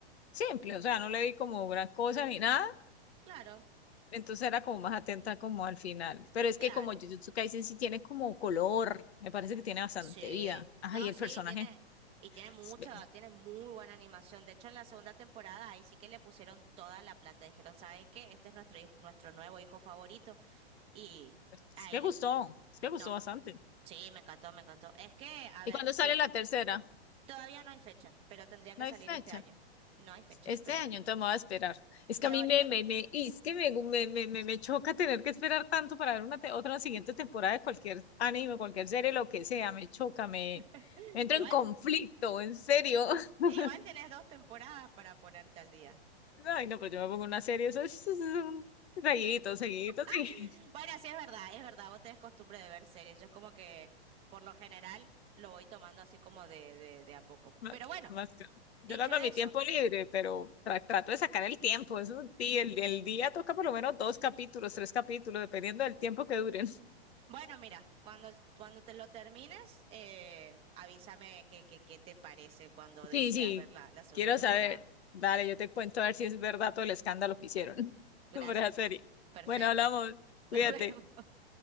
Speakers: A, on the left; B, on the right.
A: simple, o sea, no le vi como gran cosa ni nada,
B: Claro,
A: entonces era como más atenta como al final. Pero es
B: claro.
A: que como Jujutsu Kaisen sí tiene como color, me parece que tiene bastante
B: Sí,
A: vida. Ay,
B: no,
A: el
B: sí,
A: personaje,
B: tiene, y tiene mucha,
A: es, es-
B: tiene muy buena animación. De hecho, en la segunda temporada ahí sí que le pusieron toda la plata. Dijeron, ¿saben qué? Este es nuestro hijo, nuestro nuevo hijo favorito. Y
A: es
B: ahí
A: que
B: le,
A: gustó, es que gustó
B: no,
A: bastante.
B: sí, me encantó, me encantó. Es que, a ver,
A: ¿Y cuándo sale
B: yo,
A: la tercera?
B: todavía no hay fecha, pero tendría que
A: No hay
B: salir
A: fecha.
B: este año. No hay fecha,
A: Este
B: pero
A: año, entonces me voy a esperar. Es que
B: teóricamente.
A: a mí me, me, me,
B: <gasps>
A: y es que me, me, me, me, me choca tener que esperar tanto para ver una te- otra siguiente temporada de cualquier anime, cualquier serie, lo que sea. Me choca, me,
B: <laughs>
A: me entro
B: Igual,
A: en conflicto, en serio. <laughs>
B: igual tenés dos temporadas para ponerte al día.
A: Ay, no, pero yo me pongo una serie, eso es, eso es un seguidito, seguidito, seguidito.
B: <laughs> Bueno, sí es verdad, es verdad, vos tenés costumbre de ver series. Yo es como que, por lo general, lo voy tomando así como de, de, de a poco.
A: <laughs> Ma-
B: Pero bueno,
A: Más, que- yo
B: dicho
A: lo hago
B: eso,
A: en mi tiempo libre, pero tra- trato de sacar el tiempo. Eso, sí, el, el día toca por lo menos dos capítulos, tres capítulos, dependiendo del tiempo que duren.
B: <laughs> bueno, mira, cuando, cuando te lo termines, eh, avísame qué qué, qué te parece cuando decidas
A: Sí, sí,
B: ver la, la segunda
A: quiero
B: temporada.
A: saber. Dale, yo te cuento a ver si es verdad todo el escándalo que hicieron <laughs>
B: Gracias.
A: por esa serie.
B: Perfecto.
A: Bueno, hablamos.
B: <laughs>
A: Cuídate.
B: Nos vemos.